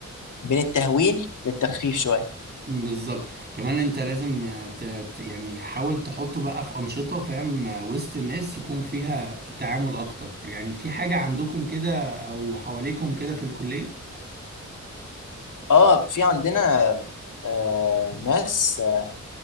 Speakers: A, on the left; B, on the right.
A: بين التهويل للتخفيف شويه
B: مم، بالظبط كمان انت لازم آه، ت- ت- يعني حاول تحطه بقى في انشطه فاهم آه، وسط الناس يكون فيها تعامل اكتر يعني في حاجه عندكم كده او حواليكم كده في الكليه
A: اه في عندنا آه ناس آه